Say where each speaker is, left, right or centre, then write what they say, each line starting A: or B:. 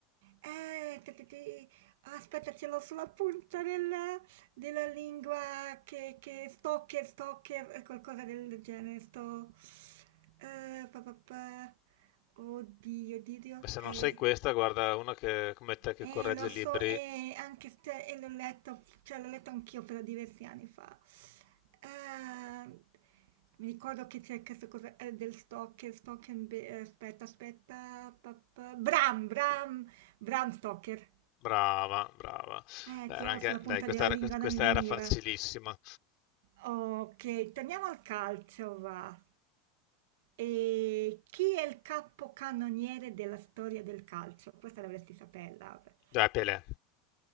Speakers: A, on the right (about 70°); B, on the left (about 55°).
A: Eh, te- te- te- aspetta, ce l'ho sulla punta della, della lingua che, che stalker, stalker, eh, qualcosa del genere. Sto. eh, pa, pa, pa. Oddio, oddio.
B: Beh, se
A: Eh,
B: non sai questa, guarda, una che, come te che
A: eh,
B: corregge
A: lo so,
B: libri,
A: eh, anche se eh, l'ho letto, cioè l'ho letto anch'io però diversi anni fa. Eh, mi ricordo che c'è questa cosa eh, del stalker, stalker, be- eh, aspetta, aspetta, pa, pa- Bram, Bram, Bram Stoker.
B: brava, brava.
A: Eh,
B: Beh,
A: ce
B: era
A: l'avevo
B: anche,
A: sulla punta
B: dai, questa
A: della
B: era,
A: lingua,
B: quest- questa
A: non mi veniva.
B: era facilissima.
A: Ok, torniamo al calcio, va. E chi è il capocannoniere della storia del calcio? Questa dovresti saperla. Eh,
B: Dai, Pelé.